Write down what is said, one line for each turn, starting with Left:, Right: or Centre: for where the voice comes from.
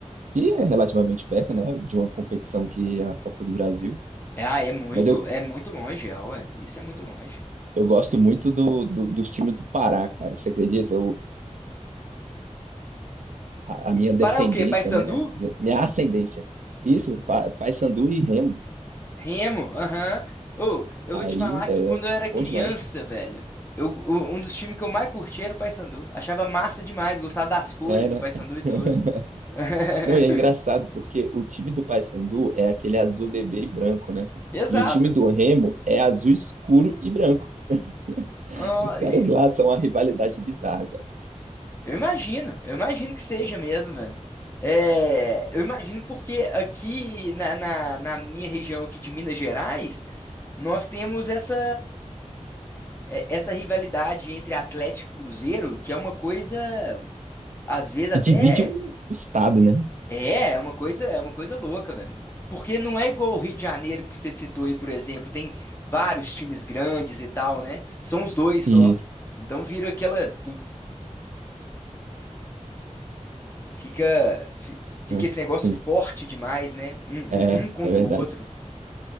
Right: que é relativamente perto, né? De uma competição que é a Copa do Brasil.
Left: É, Ah, é muito,
Right: Mas eu,
Left: é muito longe, é, ué. Isso é muito longe,
Right: eu gosto
Left: com certeza.
Right: muito do, do- dos times do Pará, cara. Você acredita? a, a minha descendência,
Left: Para o quê? Paysandu?
Right: né? Minha minha ascendência. Isso, Pa- Paysandu e Remo.
Left: Remo, aham. Ô, eu
Right: Aí,
Left: vou te falar
Right: velho,
Left: que quando
Right: é
Left: eu era criança,
Right: bom demais.
Left: velho, eu, o- um dos times que eu mais curti era o Paysandu. Achava massa demais, gostava das cores
Right: É, né?
Left: do Paysandu e tudo.
Right: <laughs>
Left: <laughs>
Right: Não, e é engraçado porque o time do Paysandu é aquele azul bebê e branco, né?
Left: Exato.
Right: E o time do Remo é azul escuro e branco. <laughs>
Left: Ah,
Right: Os caras
Left: e
Right: lá são uma rivalidade bizarra, cara.
Left: eu imagino, eu imagino que seja mesmo, velho. É, eu imagino porque aqui na, na, na minha região aqui de Minas Gerais, nós temos essa, é- essa rivalidade entre Atlético e Cruzeiro, que é uma coisa, às vezes, até.
Right: E divide o, o estado, né?
Left: É, é uma coisa, é uma coisa louca, velho. Porque não é igual o Rio de Janeiro que você citou aí, por exemplo, tem vários times grandes e tal, né? São os dois só.
Right: Isso.
Left: Então vira aquela, pum, fica, fi- fica
Right: Ah,
Left: esse negócio
Right: Sim,
Left: forte demais, né? Um,
Right: é,
Left: um- um contra
Right: é verdade.
Left: o outro.